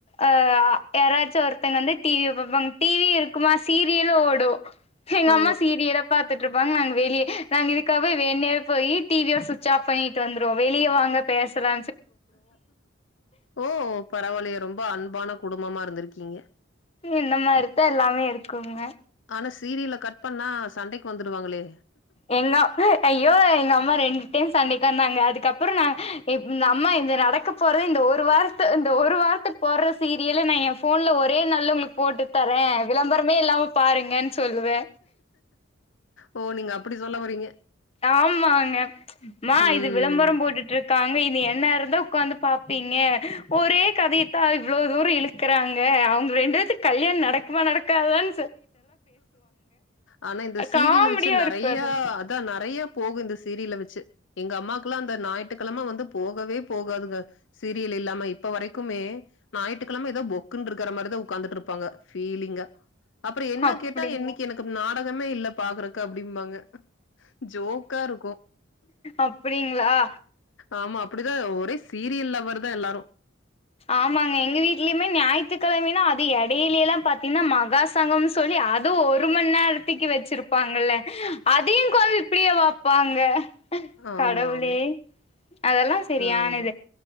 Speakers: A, on the left; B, on the left.
A: ஆ யாராச்சு ஒருத்தங்க வந்து டி வி பாப்பாங்க டி வி இருக்குமா சீரியலு ஓடு எங்கம்மா
B: ஓ
A: சீரியல பாத்துட்ருப்பாங்க நாங்க வெளிய நாங்க இதுக்காவே வேண்ணே போயி டி வி ய சுவிட்ச் ஆஃப் பண்ணிட்டு வந்துருவோ வெளிய வாங்க பேசலா
B: ஓ பரவால்லயே ரொம்ப அன்பான குடு ம்பமா இருந்துருக்கீங்க
A: என்ன மாரித்தா எல்லாமே இருக்குங்க
B: ஆனா சீரியல கட் பண்ணா சண்டைக்கு வந்துடுவாங்களே
A: எங்க ஐயோ எங்க அம்மா ரெண்டு டைம் சண்டைக்கந்தாங்க அதுக்கப்புறொ நா இந்த அம்மா இந்த நடக்க போறது இந்த ஒரு வாரத்து இந்த ஒரு வாரத்துக் போர்ற சீரியல நா எ ஃபோன்ல ஒரே நாள்ல உங்ளுக் போட்டுத் தரே விளம்பரமே இல்லாம பாருங்கன் சொல்லுவே
B: ஓ நீங்க அப்பிடி சொல்ல வரீங்க
A: ஆமாங்க மா
B: ம்
A: இது விளம்பரம் போட்டுட்ரு க்காங்க இது என்னேரந்தா உக்காந்து பாப்பீங்க ஒரே கதயத்தா இவ்ளோ தூரொ இழுக்கறாங்க அவுங்க ரெண்டு பேத்துக் கல்யாண நடக்குமா நடக்காதான்
B: ஆனா இந்த சீரியல
A: காமெடியா
B: வச்சு நெறையா
A: இருக்கு அது
B: அதா நெறைய போகு இந்த சீரியல வச்சு எங்க அம்மாக்குல்லா அந்த ஞாயித்துக்கழம வந்து போகவே போகாதுங்க சீரியல் இல்லாம இப்ப வரைக்குமே ஞாயித்து கெழம எதோ பொக்குன் இருக்குற மாரிதா உக்காந்துட்ருப்பாங்க ஃபீலிங்கா அப்றோ என்ன
A: அப்படிங்களா
B: கேட்டா இன்னைக்கு எனக்கு நாள் பாகமே இல்ல பாக்குறக்கு அப்டிம்பாங்க ஜோக்கா இருக்கு
A: அப்படிங்களா
B: ஆமா அப்டிதா ஒரே சீரியல் லவ்வர் தா எல்லாரு
A: ஆமாங்க எங்க வீட்லயுமே ஞாயித்துக்கிழமைனா அது எடையிலைலா பாத்தீங்கன்னா மகாசங்கம்னு சொல்லி அதுவு ஒரு மணி நேரம் தூக்கி வச்சிருப்பாங்கல்ல அதையு கொ இப்டிய வப்பாங்க
B: ஆமா
A: கடவுளே
B: ஆமா
A: அதெல்லா சரியான
B: ஆமா
A: இது